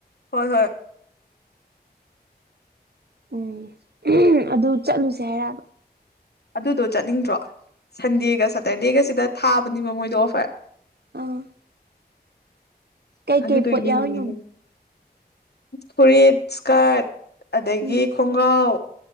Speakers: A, on the left (about 75°); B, on the right (about 70°).
A: ꯍꯣꯏ ꯍꯣꯏ
B: ꯎꯝ ꯎꯝ ꯑꯗꯨ ꯆꯠꯂꯨꯁꯦ ꯍꯥꯏꯔꯥꯕ
A: ꯑꯗꯨꯗꯣ ꯆꯠꯅꯤꯡꯗ꯭ꯔꯣ ꯁꯟꯗꯦꯒ ꯁꯇꯔꯗꯦꯒꯁꯤꯗ ꯊꯥꯕꯅꯦꯕ ꯃꯣꯏꯗꯣ ꯑꯣꯐꯔ
B: ꯑꯥ ꯀꯩꯀꯩ
A: ꯑꯗꯨꯗꯣ
B: ꯄꯣꯠ
A: ꯌꯦꯡꯅꯤꯡꯉꯤꯅꯦ
B: ꯌꯥꯎꯔꯤꯅꯣ
A: ꯐꯨꯔꯤꯠ ꯏꯁꯀ꯭ꯔꯠ ꯑꯗꯒꯤ
B: ꯎꯝ
A: ꯈꯣꯡꯒ꯭ꯔꯥꯎ